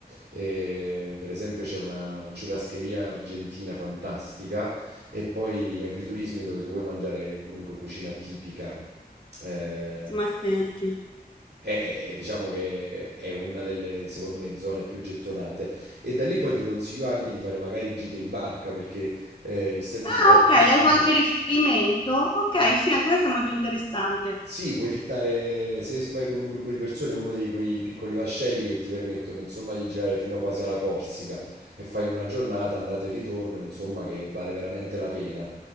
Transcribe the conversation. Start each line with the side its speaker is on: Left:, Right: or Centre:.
Right: Eh, per esempio c'è una churrascheria argentina fantastica e poi agriturismi dove tu vuoi mangiare comunque cucina tipica. Eh,
Left: ma senti.
Right: è, è- diciamo che è una delle, secondo me, zone più gettonate. E da lì poi ti consiglio anche di fare magari gite in barca perché, eh, essendoci
Left: Ah,
Right: porti
Left: ok,
Right: vicini.
Left: hai qualche riferimento? Ok, sì, anche questo è molto interessante.
Right: Sì, puoi fittare, se vai con un gruppo di persone, uno di quei piccoli vascelli che ti permettono, insomma, di girare fino quasi alla Corsica e fai una giornata, andata e ritorno, insomma, che vale veramente la pena.